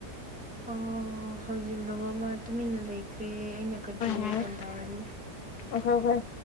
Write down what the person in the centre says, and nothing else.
ꯑꯣ ꯍꯧꯖꯤꯜꯂꯨꯕ ꯃꯥ ꯇꯨꯃꯤꯟꯅ ꯂꯩꯈ ꯔꯦ ꯑꯩꯅ ꯀꯟꯇꯤꯅꯌꯨꯁꯟ
ꯇꯧꯔꯅꯤ